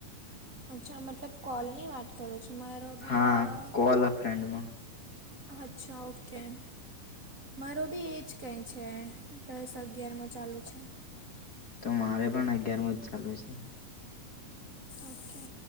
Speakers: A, on the right (about 75°); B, on the left (about 40°).
A: અચ્છા મતલબ કોલની વાત કરો છો મારો ભી
B: હા
A: આ
B: કોલ અ ફ્રેન્ડમાં
A: અચ્છા ઓકે મારો ભી એજ કઈક છે દસ અગિયારમો ચાલુ છે
B: તો મારે પણ અગિયાર મોજ ચાલુ છે
A: ઓકે